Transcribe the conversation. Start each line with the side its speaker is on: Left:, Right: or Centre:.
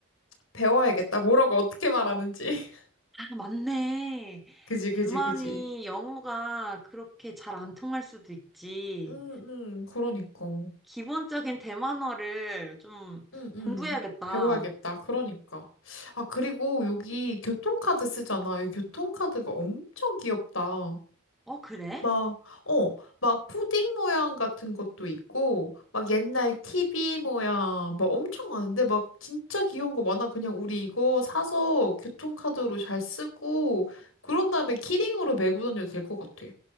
Left: 배워야겠다. 뭐라고 어떻게 말하는지. <laughs>
Centre: 아, 맞네.
Left: 그지,
Centre: 대만이
Left: 그지, 그지.
Centre: 영어가 그렇게 잘 안 통할 수도 있지.
Left: 응응. 그러니까.
Centre: 기본적인 대만어를 좀
Left: 응, 응.
Centre: 공부해야겠다.
Left: 배워야겠다. 그러니까. 아, 그리고 여기 교통카드 쓰잖아. 이 교통카드가 엄청 귀엽다.
Centre: 어, 그래?
Left: 막, 어, 막 푸딩 모양 같은 것도 있고, 막 옛날 TV 모양, 막 엄청 많은데, 막 진짜 귀여운 거 많아. 그냥 우리 이거 사서 교통카드로 잘 쓰고, 그런 다음에 키링으로 메고 다녀도 될 것 같아.